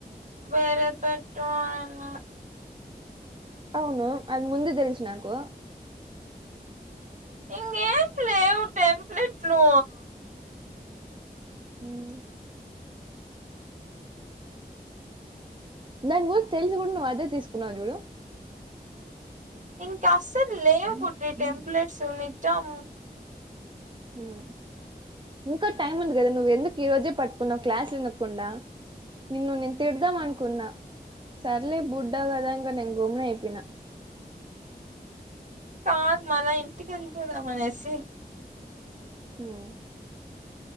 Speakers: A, on the right; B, on the right.
A: వేరే పెట్టు అన్
B: అవును అది ముందే తెలుసు నాకు
A: ఇంగ ఏం లేవు టెంప్లేట్ లు
B: అమ్ దాని గురించి తెలిసి కూడా నువ్వు అదే తీసుకున్నావు చూడు
A: ఇంకా అస్సలు లేవు పోట్టి టెంప్లెట్స్ నిజం
B: హమ్ ఇంకా టైం ఉంది కదా నువ్వు ఎందుకు ఈ రోజే పట్టుకున్నావు క్లాస్ వినకుండా నిన్ను నేను తిడదాం అనుకున్నా సర్లే బుడ్డా కదా ఇంకా నేను గోమ్న అయిపోయినా
A: కాదు మన ఇంటికి వెళ్ళిపోదాం అనేసి
B: హమ్